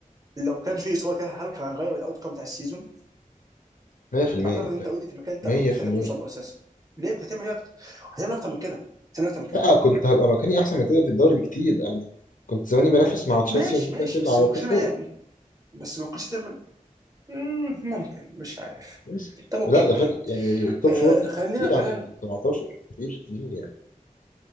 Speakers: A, on the right (about 25°); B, on the left (about 80°).
A: لو كان في اصابه كده هل كان هيغير الاوت كوم بتاع السيزون؟
B: 100%
A: اعتقد
B: انت
A: انت اوريدي في المكان انت
B: 100%
A: كنت تحلم توصل له اساسا ليه كنت هتعمل ايه اكتر؟ هتعمل اكتر من كده هتعمل اكتر من كده
B: لا كنت هبقى مكاني احسن من كده في الدوري بكتير يعني كنت زماني بنافس مع تشيلسي
A: ماشي
B: ونيوكاسل
A: ماشي بس
B: على
A: ما
B: التوب
A: كنتش
B: فور
A: هتعمل إيه؟ بس ما كنتش هتعمل مم، ممكن مش عارف
B: بس
A: طب اوكي
B: ولا
A: اوكي
B: ده فرق يعني التوب
A: آه
B: فور تفرق
A: خلينا
B: كتير
A: خلينا
B: عن ال 17 كتير كتير يعني